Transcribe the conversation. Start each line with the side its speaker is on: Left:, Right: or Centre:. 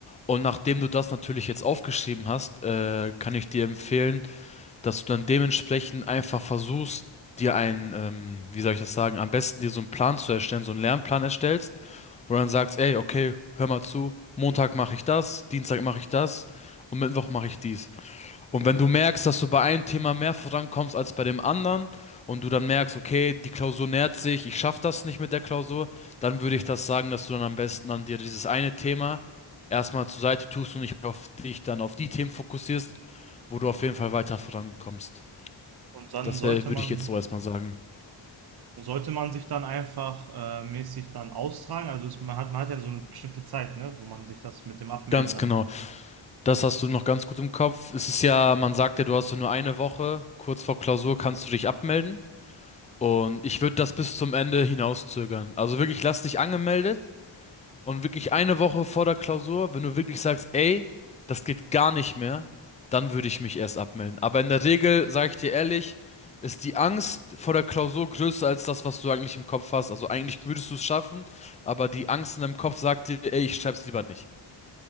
Left: Und nachdem du das natürlich jetzt aufgeschrieben hast, äh, kann ich dir empfehlen, dass du dann dementsprechend einfach versuchst, dir einen, ähm, wie soll ich das sagen, am besten dir so einen Plan zu erstellen, so einen Lernplan erstellst, wo du dann sagst, ey, okay, hör mal zu, Montag mache ich das, Dienstag mache ich das und Mittwoch mache ich dies. Und wenn du merkst, dass du bei einem Thema mehr vorankommst als bei dem anderen und du dann merkst, okay, die Klausur nähert sich, ich schaffe das nicht mit der Klausur, dann würde ich das sagen, dass du dann am besten an dir dieses eine Thema erstmal zur Seite tust und nicht auf dich dann auf die Themen fokussierst, wo du auf jeden Fall weiter vorankommst.
Right: Und dann
Left: Das
Right: sollte
Left: wär- würde
Right: man
Left: ich jetzt so erstmal sagen.
Right: sollte man sich dann einfach äh, mäßig dann austragen. Also es, man hat man hat ja so eine bestimmte Zeit, ne, wo man sich das mit dem Abmelden
Left: Ganz
Right: dann
Left: genau. Das hast du noch ganz gut im Kopf. Es ist ja, man sagt ja, du hast so nur eine Woche. Kurz vor Klausur kannst du dich abmelden. Und ich würde das bis zum Ende hinauszögern. Also wirklich, lass dich angemeldet und wirklich eine Woche vor der Klausur, wenn du wirklich sagst, ey, das geht gar nicht mehr, dann würde ich mich erst abmelden. Aber in der Regel, sage ich dir ehrlich, ist die Angst vor der Klausur größer als das, was du eigentlich im Kopf hast. Also eigentlich würdest du es schaffen, aber die Angst in deinem Kopf sagt dir, ey, ich schreib's lieber nicht.